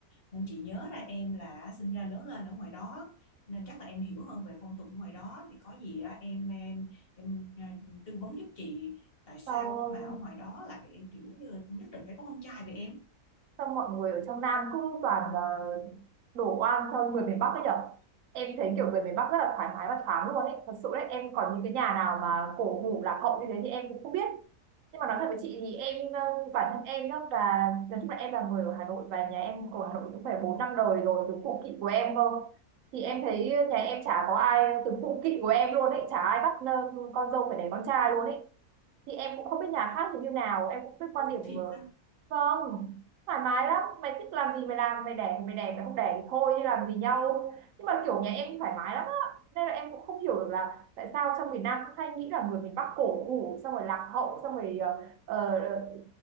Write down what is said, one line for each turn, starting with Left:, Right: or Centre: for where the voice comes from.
Left: nên chị nhớ ra em là sinh ra lớn lên ở ngoài đó nên chắc là em hiểu hơn về phong tục ở ngoài đó thì có gì á em em em à, tư vấn giúp chị tại sao
Right: sao
Left: á mà ở ngoài đó lại kiểu như nhất định phải có con trai vậy em
Right: sao mọi người ở trong Nam cứ toàn ờ, đổ oan cho người miền Bắc ấy nhở em thấy kiểu người miền Bắc rất là thoải mái và thoáng luôn ấy thật sự đấy em còn những cái nhà nào mà cổ hủ lạc hậu như thế thì em cũng không biết nhưng mà nói thật với chị thì em ờ, bản thân em đó và nói chung là em là người ở Hà Nội và nhà em ở Hà Nội cũng phải bốn năm đời rồi từ cụ kỵ của em cơ thì em thấy nhà em chả có ai từ cụ kỵ của em luôn ấy chả ai bắt ờ, con dâu phải đẻ con trai luôn ấy thì em cũng không biết nhà khác thì như nào em cũng không biết quan
Left: ui
Right: điểm
Left: thiệt
Right: của
Left: á
Right: không thoải mái lắm mày thích làm gì mày làm mày đẻ thì mày đẻ mày không đẻ thì thôi chứ làm gì nhau nhưng mà kiểu nhà em thoải mái lắm á nên là em cũng không hiểu được là tại sao trong miền Nam cũng hay
Left: Ừ.
Right: nghĩ là người miền Bắc cổ hủ xong rồi lạc hậu xong rồi ờ, ờ,